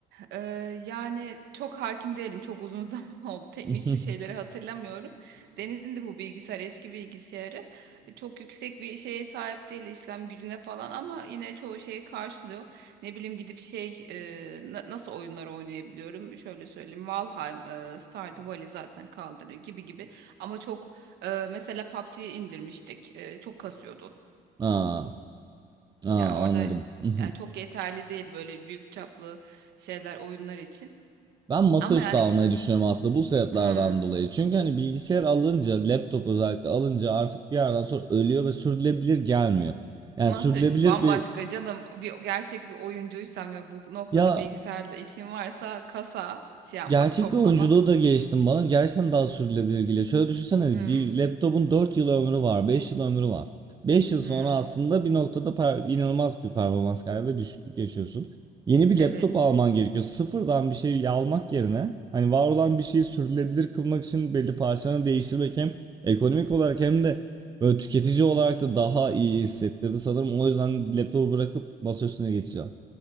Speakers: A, on the right (about 75°); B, on the right (about 25°).
A: Ee, yani çok hakim değilim. Çok uzun <laughs> zaman oldu. Teknik
B: <laughs>
A: şeyleri hatırlamıyorum. Deniz'in de bu bilgisayar eski bilgisayarı. Çok yüksek bir şeye sahip değil işlem gücüne falan ama yine çoğu şeyi karşılıyor. Ne bileyim gidip şey e, na- nasıl oyunlar oynayabiliyorum? Şöyle söyleyeyim. Valheim, e, Stardew Valley zaten kaldırıyor gibi gibi. Ama çok e, mesela PUBG'yi indirmiştik. E, çok kasıyordu.
B: Aa, aa
A: Yani orada
B: anladım. <laughs>
A: yani çok yeterli değil böyle büyük çaplı şeyler oyunlar için.
B: Ben masaüstü
A: Ama yani
B: almayı düşünüyorum aslında bu sebeplerden
A: Hmm.
B: dolayı. Çünkü hani bilgisayar alınca, laptop özellikle alınca artık bir yerden sonra ölüyor ve sürdürülebilir gelmiyor. Yani
A: Masaüstü
B: sürdürülebilir
A: bambaşka
B: bir
A: canım. Bir gerçek bir oyuncuysan ve bu noktada
B: ya
A: bilgisayarla işin varsa kasa şey yapmak,
B: Gerçek
A: toplamak.
B: bir oyunculuğu da geliştim bana. Gerçekten daha sürdürülebilir geliyor. Şöyle düşünsene
A: Hmm.
B: bir laptopun 4 yıl ömrü var, 5 yıl ömrü var. 5 yıl
A: Hmm.
B: sonra aslında bir noktada per- inanılmaz bir performans kaybı ve düşüklük yaşıyorsun. Yeni bir
A: Evet.
B: laptop alman gerekiyor. Sıfırdan bir şey almak yerine hani var olan bir şeyi sürdürülebilir kılmak için belli parçalarını değiştirmek hem ekonomik olarak hem de böyle tüketici olarak da daha iyi hissettirdi sanırım. O yüzden laptopu bırakıp masa üstüne geçeceğim.